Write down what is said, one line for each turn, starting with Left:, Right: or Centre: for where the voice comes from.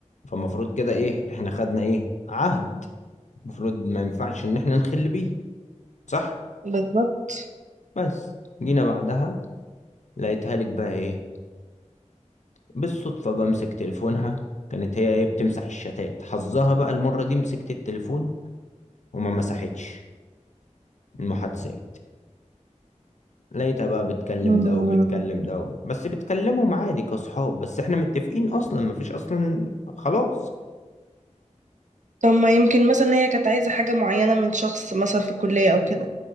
Left: فالمفروض كده ايه احنا خدنا ايه عهد المفروض ما ينفعش ان احنا نخل بيه صح
Right: بالظبط.
Left: بس جينا بعدها لقيتها لك بقى ايه بالصدفة بمسك تليفونها كانت هي ايه بتمسح الشتات حظها بقى المرة دي مسكت التليفون وما مسحتش المحادثات ليتها بقى بتكلم
Right: مم.
Left: ده وبتكلم ده وب- بس بتكلمهم عادي كصحاب بس احنا متفقين اصلا مفيش اصلا خلاص
Right: طب ما يمكن مثلا هي كانت عايزة حاجة معينة من شخص مثلا في الكلية أو كده